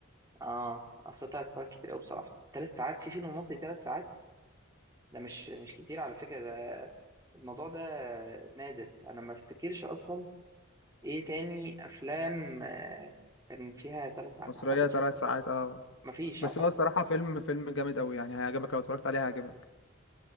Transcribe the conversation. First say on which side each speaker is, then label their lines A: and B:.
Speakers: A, on the right (about 15°); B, on the left (about 65°).
A: اه اصل ثلاث ساعات كتير قوي بصراحه ثلاث ساعات في فيلم مصري ثلاث ساعات ده مش مش كتير على فكرة ده الموضوع ده نادر انا ما افتكرش اصلا ايه تاني افلام آه، كان فيها ثلاث ساعات
B: مصريه
A: ما اعتقدش
B: ثلاث ساعات اه
A: ما فيش
B: بس
A: اعتقد
B: هو الصراحه فيلم فيلم جامد قوي يعني هيعجبك لو اتفرجت عليه هيعجبك